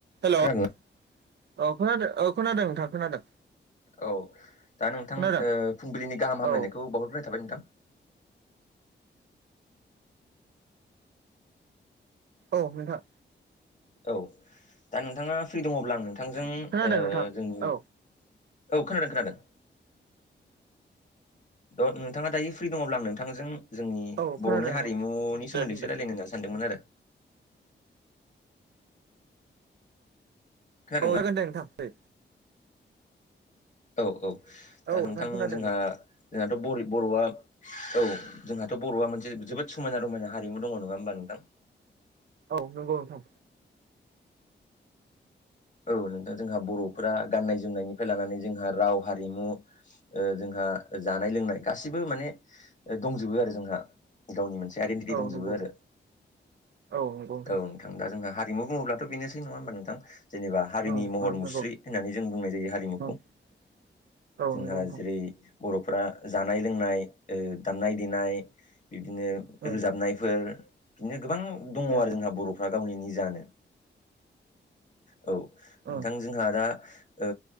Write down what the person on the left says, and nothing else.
खोनादोंना
औ दा नोंथां
ओ फुंबिलिनि गाहाम हामलायनायखौ
बावहरग्रोनाय थाबाय नोंथां।
औ दा नोंथाङा फ्रि दङब्ला नोंथांजों
ओ
जोंनि
औ खोनादों खोनादों। द' नोंथाङा दायो फ्रि दङब्ला आं नोंथांजों जोंनि
बर'नि
हारिमुनि
सोमोन्दैसो
रायलायनो सानदोंमोन आरो खोनादों
ना
औ औ
दा नोंथां
जोंहा
जोंहाथ' बर बर'आ औ जोंहाथ' बर'आ मोनसे जोबोद समायना रमायना हारिमु दङ नङा होमबा नोंथां?
औ नोंथां जोंहा बर'फोरा गाननाय जोमनायनिफ्राय लानानै जोंहा राव हारिमु जोंहा जानाय लोंनाय गासिबो माने दंजोबो आरो जोंहा। गावनि मोनसे आइडेेनटिटि
दंजोबो
आरो
औ। दा जोंहा हारिमु बुंङोब्लाथ' बेनोसै नङा होमबा नोंथां। जेनेबा हारिनि
महर
मुस्रि होननानै जों बुंनाय जायो हारिमुखौ।
जोंहा
जेरै बर'फ्रा जानाय लोंनाय दामनाय ओ देनाय बिबदिनो
रोजाबनायफोर बिदिनो गोबां
दङ आरो जोंहा बर'फ्रा गावनि निजानो औ नोंथां
जोंहा दा ओ